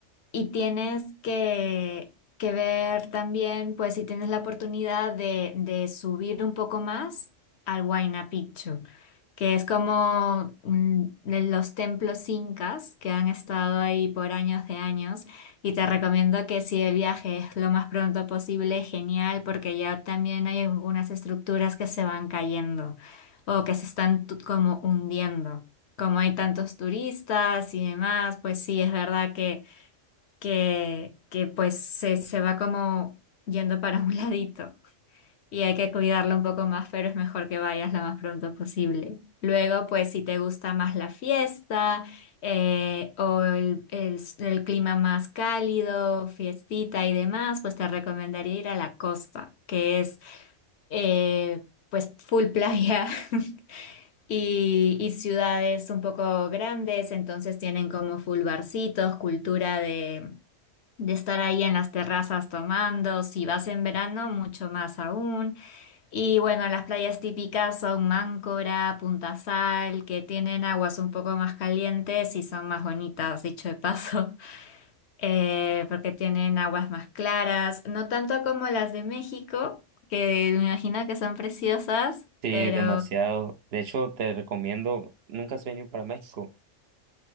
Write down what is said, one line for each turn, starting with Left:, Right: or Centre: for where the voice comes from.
Left: y tienes que, que ver también, pues si tienes la oportunidad de, de subir un poco más al Huayna Picchu, que es como mm, de los templos incas que han estado ahí por años de años. Y te recomiendo que si el viaje es lo más pronto posible, genial, porque ya también hay algunas estructuras que se van cayendo o que se están tu- como hundiendo como hay tantos turistas y demás, pues sí, es verdad que, que, que pues se, se va como yendo para un <laughs> ladito y hay que cuidarlo un poco más, pero es mejor que vayas lo más pronto posible. Luego, pues si te gusta más la fiesta eh, o el, el- el clima más cálido, fiestita y demás, pues te recomendaría ir a la costa, que es eh, pues full playa <laughs> y, y ciudades un poco grandes, entonces tienen como full barcitos, cultura de, de estar ahí en las terrazas tomando, si vas en verano, mucho más aún. Y bueno, las playas típicas son Máncora, Punta Sal, que tienen aguas un poco más calientes y son más bonitas, dicho de paso, <laughs> eh, porque tienen aguas más claras, no tanto como las de México, que me imagino que son preciosas,
Right: Sí,
Left: pero...
Right: demasiado. De hecho, te recomiendo, nunca has venido para México,